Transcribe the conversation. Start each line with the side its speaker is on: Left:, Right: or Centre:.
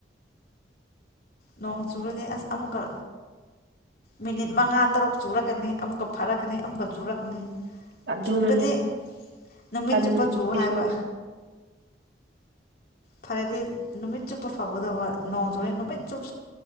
Left: ꯅꯣꯡ ꯆꯨꯔꯗꯤ ꯑꯁ ꯑꯃꯨꯛꯀ ꯃꯤꯅꯤꯠ ꯃꯉꯥ ꯇꯔꯨꯛ ꯆꯨꯔꯛꯀꯅꯤ ꯑꯃꯨꯛꯀ ꯐꯥꯔꯛꯀꯅꯤ ꯑꯃꯨꯛꯀ ꯆꯨꯔꯛꯀꯅꯤ
Right: ꯑꯗꯨꯅꯅꯦ
Left: ꯆꯨꯔꯗꯤ ꯅꯨꯃꯤꯠ
Right: ꯇꯟꯕ
Left: ꯆꯨꯞꯄ
Right: ꯑꯩꯁꯨ
Left: ꯆꯨ ꯍꯥꯏꯕ ꯐꯔꯦꯗꯤ ꯅꯨꯃꯤꯠ ꯆꯨꯞꯄ ꯐꯒꯗꯧꯕ ꯅꯣꯡ ꯆꯨꯦ ꯅꯨꯃꯤꯠ ꯆꯨꯞ